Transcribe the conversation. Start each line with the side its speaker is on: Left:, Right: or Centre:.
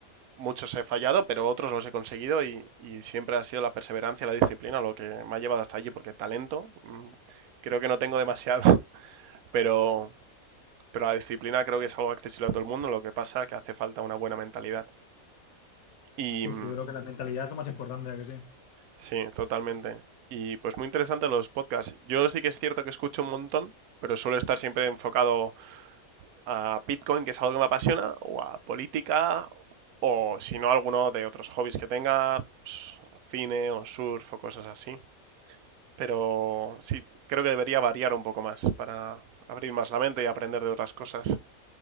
Right: muchos he fallado, pero otros los he conseguido y, y siempre ha sido la perseverancia, la disciplina lo que me ha llevado hasta allí, porque talento mm, creo que no tengo demasiado, <laughs> pero, pero la disciplina creo que es algo accesible a todo el mundo, lo que pasa es que hace falta una buena mentalidad. Y
Left: Justo,
Right: mm,
Left: yo creo que la mentalidad es lo más importante, ¿a que sí?
Right: sí, totalmente. Y pues muy interesante los podcasts. Yo sí que es cierto que escucho un montón, pero suelo estar siempre enfocado a Bitcoin, que es algo que me apasiona, o a política, o si no, alguno de otros hobbies que tenga, pues, cine o surf o cosas así. Pero sí, creo que debería variar un poco más para abrir más la mente y aprender de otras cosas.